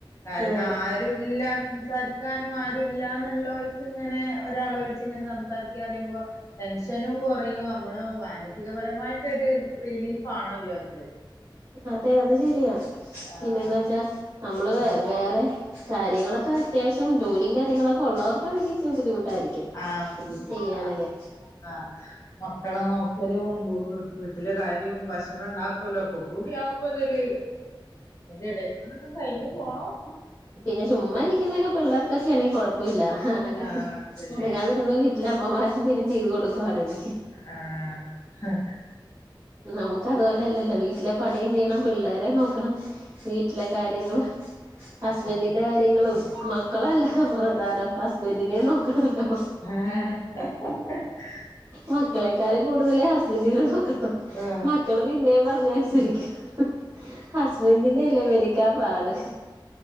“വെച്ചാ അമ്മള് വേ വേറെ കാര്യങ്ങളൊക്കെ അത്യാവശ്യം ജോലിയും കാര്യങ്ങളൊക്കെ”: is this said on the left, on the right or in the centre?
Right